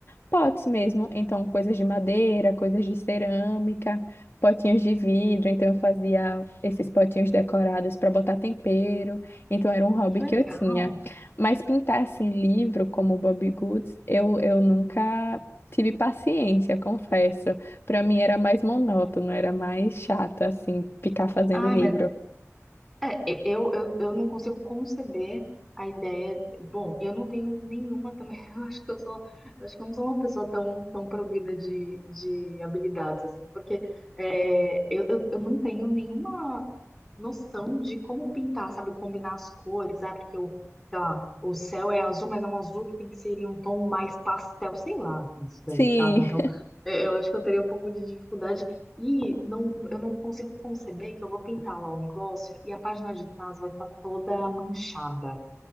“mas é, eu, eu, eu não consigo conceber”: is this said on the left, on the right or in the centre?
Centre